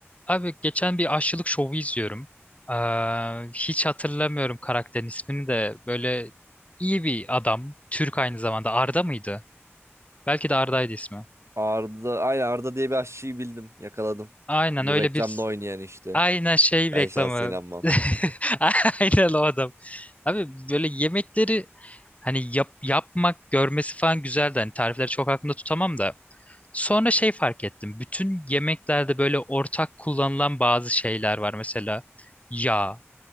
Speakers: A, on the left; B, on the right.
A: Abi geçen bir aşçılık şovu izliyorum. Ee, hiç hatırlamıyorum karakterin ismini de. Böyle iyi bir adam. Türk aynı zamanda. Arda mıydı? Belki de Arda'ydı ismi.
B: Arda, aynen Arda diye bir aşçıyı bildim. Yakaladım.
A: Aynen
B: Bu
A: öyle
B: reklamda
A: bir...
B: oynayan işte.
A: Aynen şey
B: Ben
A: reklamı.
B: şahsen inanmam. <laughs>
A: <laughs> Aynen o adam. Abi böyle yemekleri hani yap, yapmak, görmesi falan güzeldi. Hani tarifleri çok aklımda tutamam da. Sonra şey fark ettim. Bütün yemeklerde böyle ortak kullanılan bazı şeyler var. Mesela yağ.